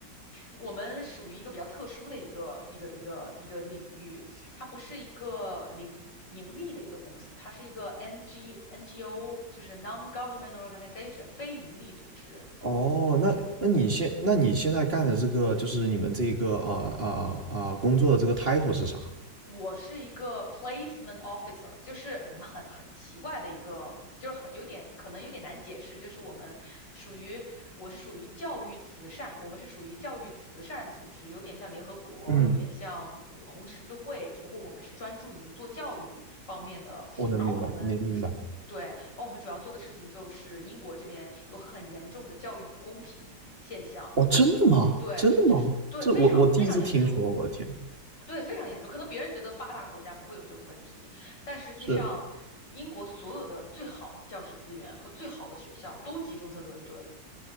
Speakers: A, on the left; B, on the right.
A: 我们属于一个比较特殊的一个一个一个一个领域，它不是一个零盈利的一个公司，它是一个 NG NGO，就是 non-government organization，非盈利组织。
B: 哦，那那你现那你现在干的这个就是你们这个呃呃呃工作的这个 title 是啥？
A: 我是一个 placement officer，就是我们很很奇怪的一个，就是很有点可能有点难解释，就是我们属于我是属于教育慈善，我们是属于教育慈善组织，有点像联合国，
B: 嗯，
A: 有点像呃红十字会，只不过我们是专注于做教育方面的，
B: 我能明白，
A: 然后我们。
B: 你明白。
A: 对，然后我们主要做的事情就是英国这边有很严重的教育不公平现象，
B: 哦，真的吗？
A: 对，
B: 真的吗？
A: 就是对，
B: 这我我第一次听说，
A: 非常非常严重。
B: 我的天，
A: 对，非常严重。可能别人觉得发达国家不会有这种问题，但实际上，
B: 是，
A: 英国所有的最好的教师资源和最好的学校都集中在伦敦。